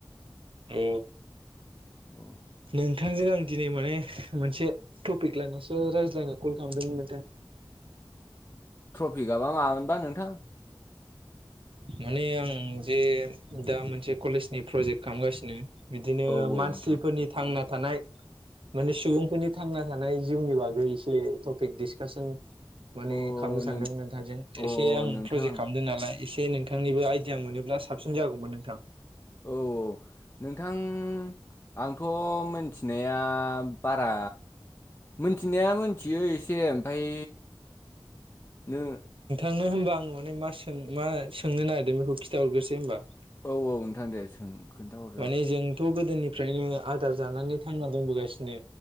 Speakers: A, on the right; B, on the left.
A: औ
B: <inaudible>
A: नोंथांजों आं दिनै माने मोनसे टपिक लानासो रायज्लायनो कल खालामदोंमोन नोंथां।
B: टफिक आबा मा मोनबा नोंथां?
A: माने आं जे दा मोनसे कलेजनि प्रजेक्ट खालामगासिनो बिदिनो
B: औ औ
A: मानसिफोरनि
B: नोंथां
A: थांना थानाय माने सुबुंफोरनि थांना थानाय जिउनि बागै एसे टपिक डिसकासन माने
B: अ
A: खालामनो सानदोंमोन
B: नों
A: नोंथांजों
B: अ
A: एसे आं
B: नोंथां
A: प्रजेक्ट खालामदों नालाय एसे दे नोंथांनिबो आइदिया मोनोब्ला साबसिन जागौमोन नोंथां। ं
B: औ नोंथां आंथ' मोन्थिनाया बारा मोन्थिनाया मोनथियो एसे ओमफ्राय नो
A: सोंनो होमबा आङो माने मा सों मा सोंनो नागिरदों बेखौ खिथाहरग्रोसै होनबा?
B: औ औ नोंथां दे सों खोन्थाहरजागोन
A: माने जोंथ' गोदोनिफ्रायनो आदार जानानै थांना दंबोगासिनो